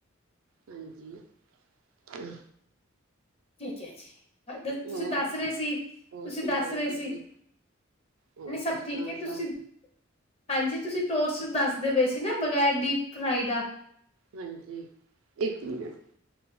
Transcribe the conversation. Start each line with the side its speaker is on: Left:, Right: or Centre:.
Right: ਹਾਂਜੀ। ਹੂੰ।
Left: ਠੀਕ ਹੈ ਜੀ ਤੁਸੀਂ
Right: ਹੋਰ
Left: ਦੱਸ ਰਹੇ ਸੀ
Right: ਹੋਰ
Left: ਤੁਸੀਂ
Right: ਸੁਣਾਓ
Left: ਦੱਸ ਰਹੇ
Right: ਤੁਸੀਂ
Left: ਸੀ
Right: ਹੋਰ
Left: ਨਹੀਂ ਸਭ
Right: ਕਿਸ
Left: ਠੀਕ
Right: ਤਰ੍ਹਾਂ
Left: ਐ ਤੁਸੀਂ
Right: ਸਭ
Left: ਹਾਂਜੀ, ਤੁਸੀਂ ਟੋਸਟ ਦੱਸਦੇ ਪਏ ਸੀ ਨਾ ਬਗੈਰ ਡੀਪ ਫਰਾਈ ਦਾ।
Right: ਹਾਂਜੀ ਇੱਕ ਮਿੰਟ